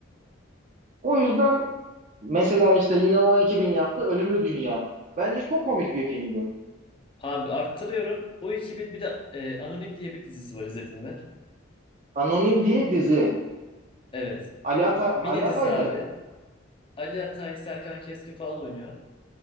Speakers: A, on the right (about 40°); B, on the left (about 25°).
A: O yüzden mesela işte yine o ekibin yaptığı Ölümlü Dünya. Bence çok komik bir filmdi.
B: Abi arttırıyorum. O iki bin bir de e, Anonim diye bir dizisi var izledin mi?
A: Anonim diye dizi.
B: Evet.
A: Ali, Ata
B: Mini
A: Ali Ataylar'ın.
B: dizi abi. Ali Atay, Serkan Keskin falan oynuyor.